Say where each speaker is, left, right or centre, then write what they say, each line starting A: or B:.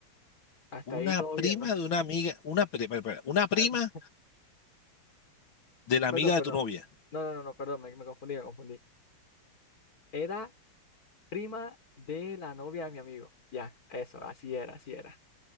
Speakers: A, on the left; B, on the left.
A: Hasta
B: Una
A: ahí todo
B: prima
A: bien, ¿no?
B: de una amiga, una, pri- espera, espera, una prima
A: Ah, <laughs>
B: de la
A: perdón,
B: amiga de
A: perdón.
B: tu novia,
A: No, no, no, no, perdón, me, me confundí, me confundí. Era prima de la novia de mi amigo. Ya, eso, así era, así era.